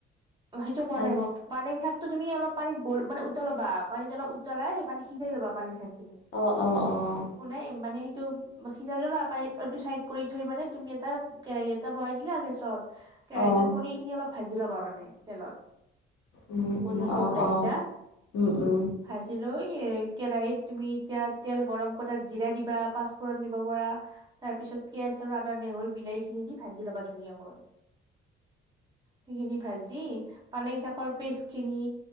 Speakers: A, on the right; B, on the left.
A: সেইটো কোৱা
B: ভাজি
A: নাই মই পানে শাক তুমি অলপ পানীত বইল, মানে উতলাবা, পানীত অলপ উতলাই সেই পানী সিজাই লবা পানী থাক খিনি,
B: অ', অ', অ',
A: কোনে মানেই এইটো সিজাই ললা আটো চাইড কৰি থৈ মানে তুমি এটা কেৰাহী এটা বনাই দিলা গেছত। কেৰাহটোত
B: অ',
A: পনিৰ খিনি অলপ ভাজি ল'বা মানে তেলত।
B: উম,
A: পনিৰ
B: উম,
A: টুকুৰা
B: অ', অ',
A: কেইটা
B: উম, উম।
A: ভাজিল। আৰু এ কেৰাহিতত তুমি এতিয়া তেল গৰম কটাত জিৰা দিবা, পাঁচফোৰণ দিব পাৰা। তাৰ পিছত পিঁয়াজ আৰু আদা, নেহৰু, বিলাহী খিনি দি ভাজি ল'বা ধুনীয়াকৈ। সেইখিনি ভাজি পালেং শাকৰ পেষ্ট। খিনি